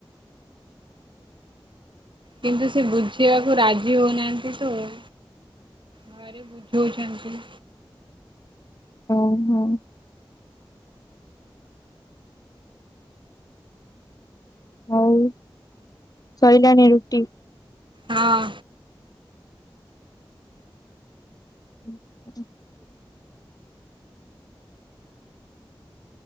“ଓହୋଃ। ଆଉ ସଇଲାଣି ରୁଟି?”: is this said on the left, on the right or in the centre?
Left